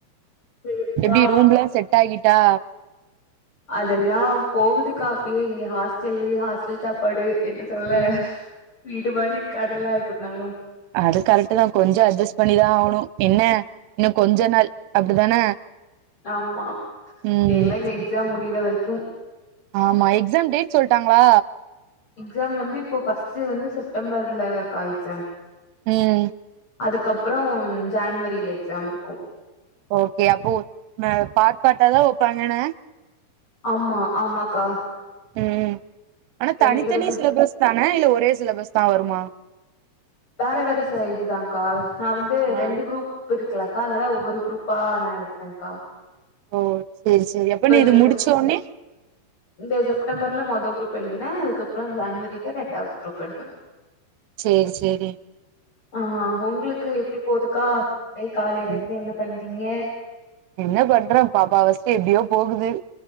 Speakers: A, on the left; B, on the right.
A: சேரிக்கா
B: எப்டி ரூம்லா செட் ஆகிட்டா
A: அதெல்லா போகுதுக்கா அப்டியே இங்க ஹாஸ்டல்லே ஹாஸ்டல் சாப்பாடு என்ன சொல்ல
B: ம்
A: வீடு மாரி இருக்காதுல்ல எப்புட்னாலு
B: அது கரெக்ட் தா கொஞ்ச அட்ஜஸ்ட் பண்ணிதா ஆவணு என்ன இன்னு கொஞ்ச நாள் அப்டிதான
A: ஆமா
B: ம்
A: எல்லா இந்த எக்ஸாம் முடியிற வரைக்கூ
B: ஆமா எக்ஸாம் டேட் சொல்ட்டாங்களா
A: எக்ஸாம் வந்து இப்போ ஃபர்ஸ்ட் வந்து செப்டம்பர்லக்கா எக்ஸாம்
B: ம்
A: அதுக்கப்றோ ஜான்வரியில எக்ஸாம் இருக்கு
B: ஓகே அப்போ மே பாட்பாட்டாதான் வப்பாங்க னே
A: ஆமா ஆமாக்கா
B: ம் ஆனா
A: ரெண்டு
B: தனித்தனி
A: தடவ
B: சிலபஸ் தான இல்ல ஒரே சிலபஸ் தா வருமா
A: வேற வேற ச இதுதான்கா நா வந்து
B: ஆ
A: ரெண்டு குரூப் பு இருக்கலக்கா அதனால ஒவ்வொரு குரூப்பா நா எழுதுறன்கா
B: ஓ சேரி சேரி அப்ப நீ
A: இந்த
B: இது
A: செப்
B: முடிச்சோனே
A: இந்த செப்டம்பர்ல மொத குரூப் எழுதுன அதுக்கப்றோ ஜான்வரில ரெண்டாவது குரூப் எழுதணு
B: சேரி சேரி
A: ஆ உங்களுக்கு எப்டி போதுக்கா டே காலையில இருந்து
B: ம்
A: என்ன பண்றீங்க
B: என்ன பண்ற பாப்பா வஸ்ட்டு எப்டியோ போகுது